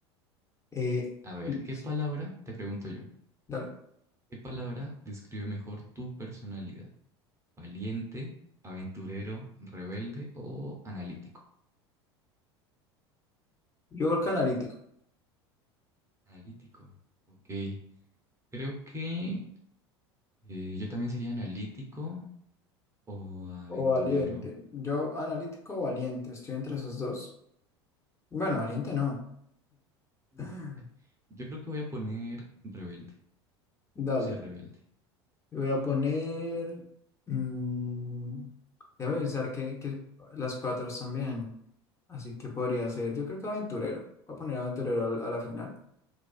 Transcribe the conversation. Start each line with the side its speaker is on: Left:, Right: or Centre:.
Left: Eh,
Right: A ver,
Left: l-
Right: ¿qué palabra, te pregunto yo,
Left: dale,
Right: qué palabra describe mejor tu personalidad? ¿Valiente, aventurero, rebelde o analítico?
Left: yo creo que analítico
Right: Analítico, ok. Creo que eh, yo también sería analítico o aventurero.
Left: o valiente, yo analítico o valiente, estoy entre esos dos. Bueno, valiente no.
Right: <laughs>
Left: <laughs>
Right: Yo creo que voy a poner rebelde,
Left: Dale,
Right: o sea, rebelde.
Left: voy a poner, mm, déjame pensar que, que las cuatro están bien. Así que podría ser, yo creo que aventurero. Voy a poner aventurero al- a la final.